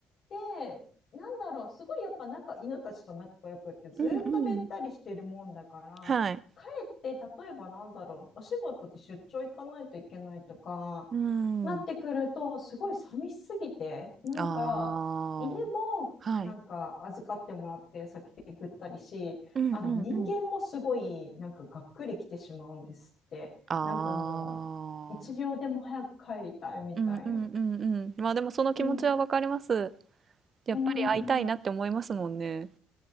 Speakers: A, on the left; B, on the right.
A: で、なんだろう、すごいやっぱ仲、犬たちと仲が良くってずっとべったりしてるもんだから、
B: うんうん。はい。
A: かえって例えばなんだろう、お仕事で出張行かないといけないとか、
B: うん。
A: なってくると、すごい寂しすぎて、なんか、
B: ああ、
A: 犬もなんか預かってもらってる先でぐったりし、
B: はい。うんうんうん。
A: あの人間もすごいなんかがっくり来てしまうんですって。
B: ああ。
A: なんかもう、一秒でも早く帰りたいみたいな。
B: うんうんうんうん。まあでもその気持ちはわかります。
A: うん。
B: やっぱり会いたいなって思いますもんね。
A: うん。